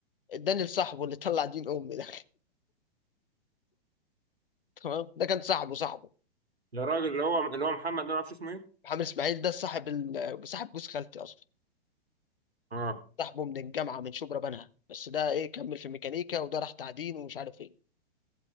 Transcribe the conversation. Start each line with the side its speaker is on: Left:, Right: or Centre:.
Left: اداني لصاحبه اللي طلع دين امي ده <laughs> تمام ده كان صاحبه صاحبه
Right: ده الراجل اللي هو اللي هو محمد ده ما اعرفش اسمه ايه
Left: محمد اسماعيل ده صاحب ال... صاحب جوز خالتي اصلا
Right: اه
Left: صاحبه من الجامعه من شبرا بنها بس ده ايه كمل في ميكانيكا وده راح تعدين ومش عارف ايه